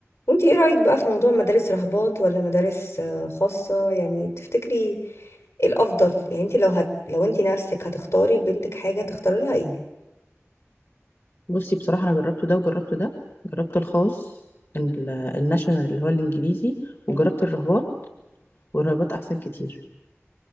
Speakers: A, on the left; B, on the left.
A: وانتي ايه رأيك بقى في موضوع مدارس رهبات ولا مدارس آه، خاصة يعني تفتكري ايه الافضل يعني انتي لو هت... لو انتي نفسك هتختاري لبنتك حاجة تختاري لها ايه
B: بصي بصراحة أنا جربت ده وجربت ده جربت الخاص ال- الناشونال اللي هو الإنجليزي وجربت
A: مم.
B: الرهبات والرهبات أحسن كتير